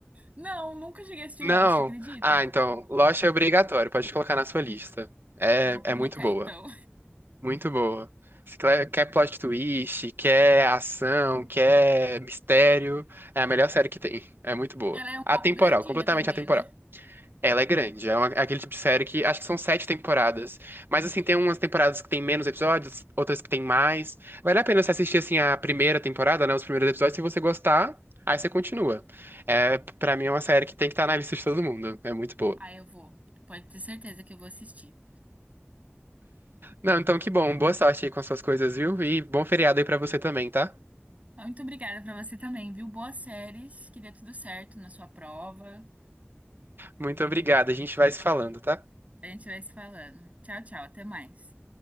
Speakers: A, on the right; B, on the right.
A: Não, nunca cheguei a assistir
B: Não.
A: Lost, acredita?
B: Ah, então, Lost é obrigatório, pode colocar na sua lista. É,
A: Vou colocar
B: é muito boa,
A: então.
B: muito boa. Se cle- quer plot twist, quer ação, quer mistério, é a melhor série que tem. É muito
A: <laughs>
B: boa.
A: Ela é um pouco
B: Atemporal,
A: grandinha
B: completamente
A: também,
B: atemporal.
A: né?
B: Ela é grande, é, uma- é aquele tipo de série que acho que são sete temporadas. Mas assim, tem umas temporadas que tem menos episódios, outras que tem mais. Vale a pena você assistir assim a primeira temporada, né? Os primeiros episódios, se você gostar, aí você continua. É, para mim é uma série que tem que estar na lista de todo mundo. É muito boa.
A: Ah, eu vou. Pode ter certeza que eu vou assistir.
B: Não, então que bom. Boa sorte aí com as suas coisas, viu? E bom feriado aí pra você também, tá?
A: Ah, Muito obrigada pra você também, viu? Boas séries, que dê tudo certo na sua prova.
B: Muito obrigado. A gente vai se falando, tá?
A: A gente vai se falando. Tchau, tchau, até mais.